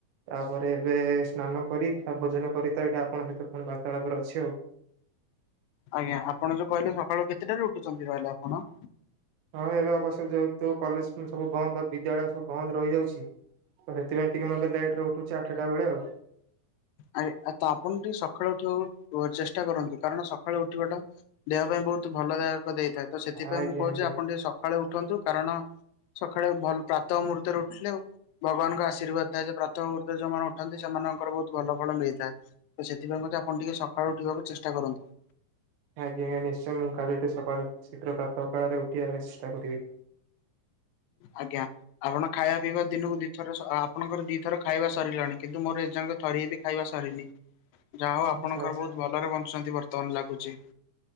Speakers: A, on the right; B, on the left.
A: ତାପରେ ଏବେ ସ୍ନାନ କର ଭୋଜନ କରିଥାଏ ଆପଣଙ୍କ ସହିତ କଣ ବାର୍ତ୍ତାଳାପରେ ଅଛି ଆଉ।
B: ଆଜ୍ଞା ଆପଣ ଯୋଉ କହିଲେ ସକାଳୁ କେତେଟାରୁ ଉଠୁଛନ୍ତି ତାହାଲେ ଆପଣ?
A: ହଁ ଏବେ ଅବଶ୍ୟକ ଯେହେତୁ କଲେଜ ସବୁ ବନ୍ଦ ବିଦ୍ୟାଳୟ ସବୁ ବନ୍ଦ ରହିଯାଉଛି। ସେଥିପାଇଁ ଟିକେ ମତେ ଲେଟ ରେ ଉଠୁଛି ଆଠଟାବେଳେ ଆଉ।
B: ଆ ତ ଆପଣ ଟିକେ ସକାଳେୁ ଉଠିବାକୁ ଚେଷ୍ଟା କରନ୍ତୁ କାରଣ ସ ସକାଳୁ ଉଠିବାଟା ଦେହ ପାଇଁ ବହୁତ ଭଲଦାୟକ ଦେଇଥାଏ ତ ସେଥିପାଇଁ
A: ଆଜ୍ଞା
B: ମୁଁ କହୁଛି
A: ଆଜ୍ଞା।
B: ଆପଣ ଟିକେ ସକାଳେ ଉଠନ୍ତୁ କାରଣ ସକାଳେ ଭଲ ପ୍ରାତଃ ମୁହୂର୍ତ୍ତରେ ଉଠିଲେ ଭଗବାନଙ୍କ ଆଶୀର୍ବାଦ ଆଶୀର୍ବାଦଥାଏ ଯେ ପ୍ରଥମମୂହୁର୍ତ୍ତରେ ଯୋଉମାନେ ଉଠନ୍ତି ସେମାନଙ୍କର ବହୁତ ଭଲ ଫଳ ମିଳିଥାଏ ତ ସେଥିପାଇଁ ଟିକେ ଆପଣ ଟିକେ ସକାଳୁ ଉଠିବାକୁ ଚେଷ୍ଟା କରନ୍ତୁ।
A: ଆଜ୍ଞା ଆଜ୍ଞା ନିଶ୍ଚୟ ମୁଁ କାଲିଠୁ ସକାଳ ଶୀଘ୍ର ପ୍ରାତଃ କାଳରେ ଉଠିବା ପାଇଁ ଚେଷ୍ଟା କରିବି।
B: ଆଜ୍ଞା ଆପଣ ଖାଇବା ପିଇବା ଦିନକୁ ଦି ଥର ଆପଣଙ୍କର ଦି ଥର ଖାଇବା ସରିଲାଣି କିନ୍ତୁ ମୋର ଏଜାଙ୍କେ ଥରିଏବି ଖାଇବା ସରିନି ଯାହା ହଉ ଆପଣଙ୍କର
A: ଆଚ୍ଛା ଆଚ୍ଛା
B: ବହୁତ ଭଲରେ ବଞ୍ଚୁଛନ୍ତି ବ ର୍ତ୍ତମାନ ଲାଗୁଚି।